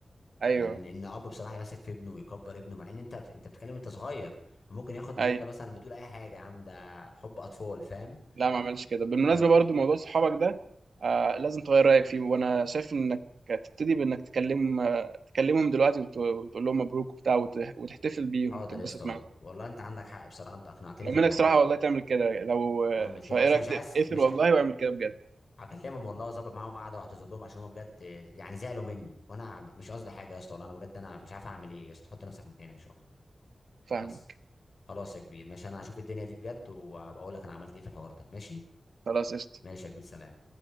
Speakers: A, on the right; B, on the left.
A: ايوه
B: يعني ان ان اب بصراحه يثق في ابنه ويكبر ابنه مع ان انت في... انت بتتكلم انت صغير ممكن ياخد ان
A: ايوه
B: انت مثلا بتقول اي حاجه يا عم ده حب اطفال فاهم
A: لا ما عملش كده بالمناسبه
B: ف
A: برضو موضوع صحابك ده آه لازم تغير رايك فيه وانا شايف انك تبتدي بانك تكلم آه، تكلمهم دلوقتي وت- وتقول لهم مبروك وبتاع وت- وتحتفل بيهم
B: حاضر
A: تتبسط
B: يا اسطى والله
A: معاهم
B: والله انت عندك حق بصراحه انت اقنعتني
A: انا
B: في الموضوع
A: منك صراحه
B: ده
A: والله تعمل كده لو آه،
B: اعمل كده
A: فايه
B: عشان
A: رايك
B: مش عايز
A: تقفل
B: مش
A: والله واعمل كده بجد
B: هكلمهم والله واظبط معاهم قعده واعتذر لهم عشان هم بجد يعني زعلوا مني وانا مش قصدي حاجه يا اسطى والله انا بجد انا مش عارف اعمل ايه يا اسطى حط نفسك مكاني مش اكتر
A: فاهمك
B: بس خلاص يا كبير ماشي انا هشوف الدنيا دي بجد وابقى اقول لك انا عملت ايه في الحوار ده ماشي
A: خلاص قشطه
B: ماشي يا كبير سلام